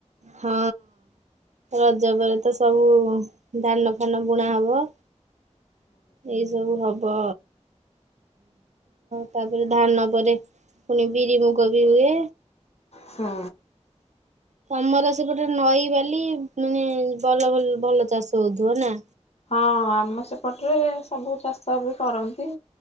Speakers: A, on the right; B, on the left.
A: ହଁ ରଜ ପରେ ତ ସବୁ ଦାନ ଫାନ ବୁଣା ହବ। ଏଇ ସବୁ ହବ। ତାପରେ ଧାନ ପରେ ପୁଣି ବିରି, ମୁଗ ବି ହୁଏ।
B: ହଁ।
A: ତମର ସେପଟେ ନଈ ବାଲି ମାନେ ବଲ ଭ ଭଲ ଚାଷ ହଉଥିବ ନା?
B: ହଁ ଆମ ସେପଟେରେ ସବୁ ଚାଷ ବି କରନ୍ତି।